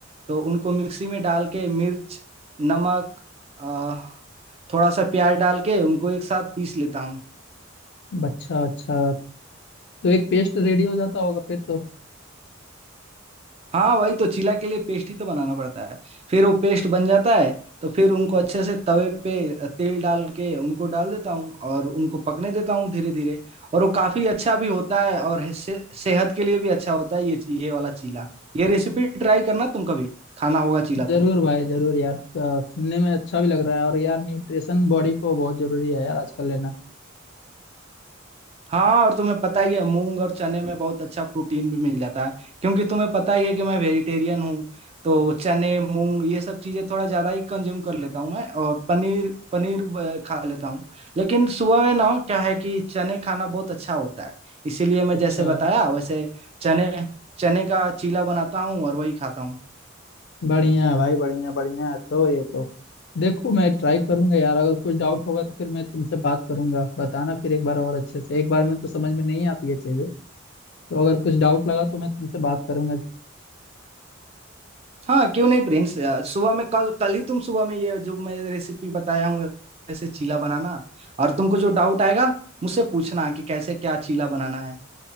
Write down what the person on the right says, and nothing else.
तो उनको मिक्सी में डाल के मिर्च नमक अ, थोड़ा सा प्याज डाल के उनको एक साथ पीस लेता हूँ
हाँ वही तो चीला के लिए पेस्ट ही तो बनाना पड़ता है फिर वो पेस्ट बन जाता है तो फिर उनको अच्छे से तवे पे तेल डाल के उनको डाल देता हूँ और उनको पकने देता हूँ धीरे धीरे और वो काफी अच्छा भी होता है और हे- से, सेहत के लिए भी अच्छा होता है ये ये वाला चीला ये रेसिपी ट्राई करना तुम कभी खाना होगा चीला तो
हाँ और तुम्हें पता ही है मूंग और चने में बहुत अच्छा प्रोटीन भी मिल जाता है क्योंकि तुम्हें पता ही है कि मैं वेजिटेरियन हूँ तो चने मूंग ये सब चीजें थोड़ा ज्यादा ही कंज्यूम कर लेता हूँ मैं और पनीर पनीर अ, खा लेता हूँ लेकिन सुबह में ना क्या है कि चने खाना बहुत अच्छा होता है इसीलिए मैं
जैसे बताया वैसे चने चने का चीला बनाता हूँ और वही खाता हूँ
हाँ क्यों नहीं प्रिंस अ, सुबह में कल कल ही तुम सुबह में ये जो मैं रेसिपी बताया हूँ ऐसे चीला बनाना और तुमको जो डाउट आएगा मुझसे पूछना कि कैसे क्या चीला बनाना है